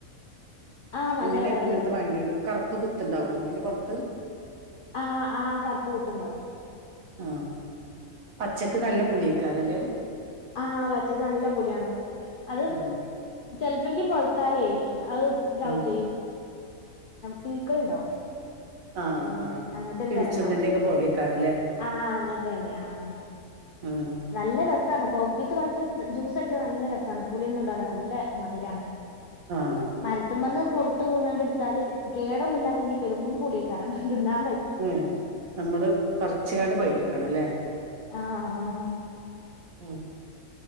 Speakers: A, on the left; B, on the right.
A: ആ മഞ്ഞ
B: അങ്ങനെ
A: കളറിൽ
B: അങ്ങൻത്തെ
A: വരും
B: മാങ്ങണ്ടൊര് കറുപ്പ് കുത്തുണ്ടാവൊ അതിന്റെ പുറത്ത്
A: ആഹ് ആ കറുപ്പ് കുത്ത് ഉണ്ടാവു
B: ആഹ് പച്ചക്ക് നല്ല പുളിയെക്കാരല്ലേ
A: ആഹ് പച്ചക്ക് നല്ല പുളിയാണ് അത്
B: ആഹ്
A: ചെലപ്പോങ്കി പവുത്താലേ അത് ഇതാവും
B: ആഹ്
A: ചെയ്യും പീക്കൾ ഉണ്ടാവും
B: ആഹ്
A: ഉം
B: ആഹ്
A: അങ്ങനത്തൊരു
B: കിളിച്ചുണ്ടന്റെ
A: തരം മാങ്ങേ
B: ഒക്കെ പോലെക്കാരല്ലേ
A: ആഹ് അങ്ങൻത്തന്നെ ആഹ്
B: ആഹ്
A: നല്ല രസാണ് പഴുപ്പിച്ച് പറിച്ച് ജ്യൂസ് അടിച്ചാത് നല്ല രസാണ് പുളിയൊന്നും ഉണ്ടാവൂല്ല നല്ല മധുരാണ്
B: ആഹ്
A: മരത്ത്മന്ന് പൗത്ത് വീണാണ്ട് ഇട്ത്താല് കേടൊന്നും ഇല്ലാച്ചെങ്കിൽ പെരുമ്പുളിയെക്കാരം തിന്നാ
B: ഉം നമ്മള് പറ്ച്ച്കാണ്ട് പൈപ്പിക്കണംല്ലേ
A: ആഹ് ആഹ്
B: ഉം